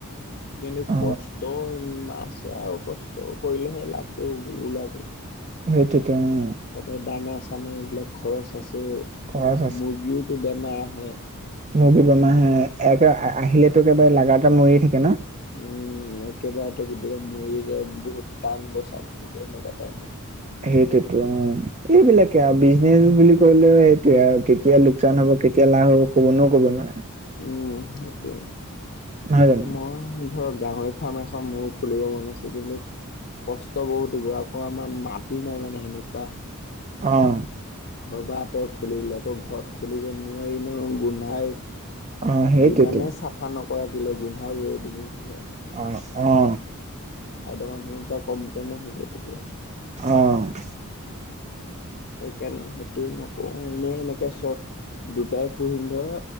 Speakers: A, on the left; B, on the right.
A: কিন্তু
B: অ
A: কষ্ট আছে আৰু কষ্ট কৰিলেহে লাভটো হ'ব ওলাব।
B: সেইটতো উম।
A: সদায় দানা চানা এইবিলাক খৰচ আছে।
B: খৰচ
A: মুৰ্গীওতো বেমাৰ আহে।
B: মূৰ্গী বেমাৰে একে আহিলেতো একেবাৰে লাগা এটা মৰিয়ে থাকে ন।
A: উম। একেবাৰতে গোটকে মৰিয়ে যায় বহুত টান বচাব এনেকুৱা টাইমত।
B: সেইটোতো অ' এইবিলাকে আৰু বিজনেচ বুলি কলেও সেইটোয়ে আৰু। কেতিয়া লোকাচান হ'ব কেতিয়া লাভ হ'ব কোনেও ক'ব নোৱাৰে।
A: উম, সেইটয়ে
B: নহয় জানো
A: মই ধৰ গাহৰি ফাৰ্ম এখন মোৰ খুলিব মন আছিলে। কিন্তু কষ্ট বহুত হ'ব আকৌ আমাৰ মাটি নাই মানে সেনেকুৱা।
B: অ'।
A: ঘৰৰ পা আঁতৰত খুলিবলৈ আকৌ ঘৰত খুলিব নোৱাৰি ন গোন্ধাই।
B: অ সেইটোতো
A: যিমানে চাফা নকৰা কেইলে গোন্ধাবৈ <unintelligible>
B: অ', অ'।
A: চাইডৰ মানুহৰ পৰা কমপ্লেইন আহিব তেতিয়া।
B: অ' <inaudible>
A: সেইকাৰণে সেইটো নকওঁ, এনেই এনেকে চট দুটাই পুহিম ধৰ,